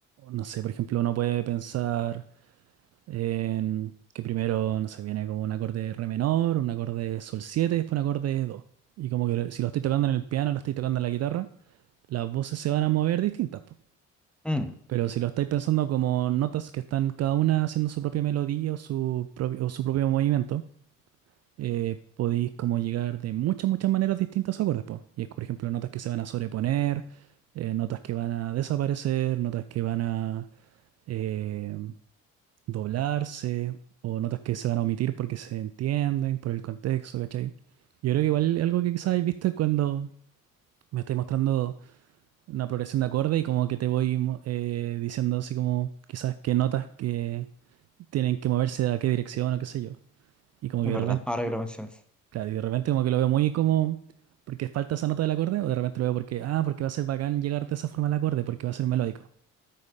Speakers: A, on the right; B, in the centre.
A: no sé, por ejemplo, uno puede pensar en que primero, no sé, viene como un acorde re menor, un acorde sol 7, y después un acorde do. Y como que lo- si lo estoy tocando en el piano, lo estoy tocando en la guitarra, las voces se van a mover distintas, po.
B: Mm,
A: Pero si lo estáis pensando como notas que están cada una haciendo su propia melodía o su propio, o su propio movimiento, eh, podéis como llegar de muchas, muchas maneras distintas a acordes, po. Y es, por ejemplo, notas que se van a sobreponer, eh, notas que van a desaparecer, notas que van a eh, doblarse, o notas que se van a omitir porque se entienden por el contexto, ¿cachai? Yo creo que igual algo que quizás habéis visto es cuando me estáis mostrando una progresión de acorde y como que te voy mo- eh, diciendo así como quizás qué notas que tienen que moverse a qué dirección o qué sé yo. Y como
B: es
A: que de
B: verdad,
A: repente
B: ahora que lo mencionas.
A: Claro, y de repente como que lo veo muy como porque falta esa nota del acorde, o de repente lo veo porque, ah, porque va a ser bacán llegar de esa forma al acorde, porque va a ser melódico.